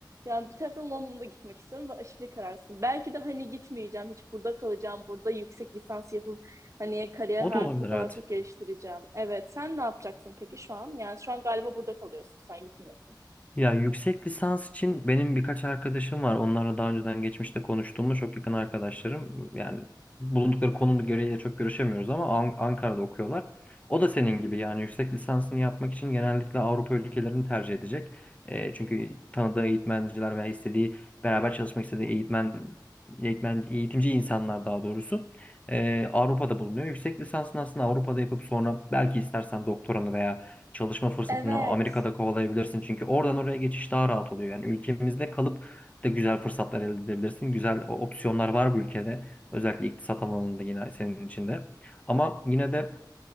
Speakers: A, on the right; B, on the left.
A: yani bir taraftan London'a da gitmek istiyorum ve aşırı kararsın Belki de hani gitmeyeceğim, hiç burada kalacağım, burada yüksek lisans yapıp hani kariyer
B: O
A: hayatımı
B: da olabilir, evet.
A: daha çok geliştireceğim. Evet, sen ne yapacaksın peki şu an? Yani şu an galiba burada kalıyorsun, sen gitmiyorsun.
B: Ya yüksek lisans için benim birkaç arkadaşım var. Onlarla daha önceden geçmişte konuştuğumda çok yakın arkadaşlarım. Yani bulundukları konum gereğiyle çok görüşemiyoruz ama An- Ankara'da okuyorlar. O da senin gibi yani yüksek lisansını yapmak için genellikle Avrupa ülkelerini tercih edecek. Eee, çünkü tanıdığı eğitmenciler veya istediği beraber çalışmak istediği eğitmen, eğitmen eğitimci insanlar daha doğrusu eee, Avrupa'da bulunuyor. Yüksek lisansını aslında Avrupa'da yapıp sonra belki istersen doktoranı veya çalışma fırsatını
A: Evet.
B: Amerika'da kovalayabilirsin. Çünkü oradan oraya geçiş daha rahat oluyor. Yani ülkemizde kalıp da güzel fırsatlar elde edebilirsin. Güzel o- opsiyonlar var bu ülkede. Özellikle iktisat alanında yine senin içinde. Ama yine de